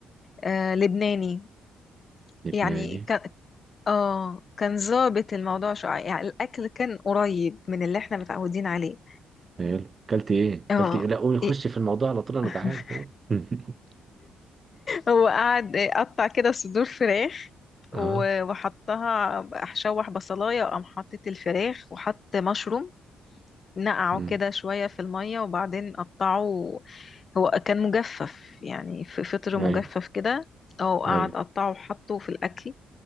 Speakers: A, on the left (about 40°); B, on the right (about 35°).
A: آه لبناني
B: لبناني
A: يعني كان اه كان ظابط الموضوع شوية يعني الأكل كان قريب من اللي احنا متعودين عليه
B: حلو كلت ايه
A: اه
B: كلت ايه لا قول خش
A: إيه.
B: في الموضوع على طول انا
A: <laughs>
B: جعان قول <laughs>
A: هو قعد قطع كده صدور فراخ
B: اه
A: و- وحطها شوح بصلايه وقام حطيت الفراخ وحط مشروم نقعه
B: أمم.
A: كده شويه في الميه وبعدين قطعه هو كان مجفف يعني في فطر
B: ايوه
A: مجفف كده او
B: ايوه
A: قعد قطعه وحطه في الاكل